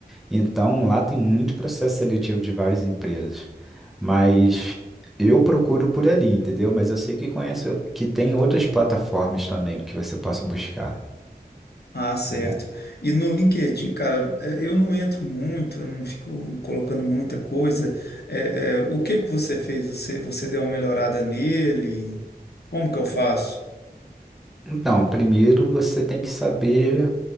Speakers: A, in the centre; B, on the left.
A: Então, lá tem muito processo seletivo de várias empresas. Mas eu procuro por ali, entendeu? Mas eu sei que conhece, que tem outras plataformas também que você possa buscar.
B: Ah, certo.
A: né?
B: E no LinkedIn, cara, é, eu não entro muito, eu não fico colocando muita coisa. É, é, o que que você fez? Você, você deu uma melhorada nele? Como que eu faço?
A: Então, primeiro você tem que saber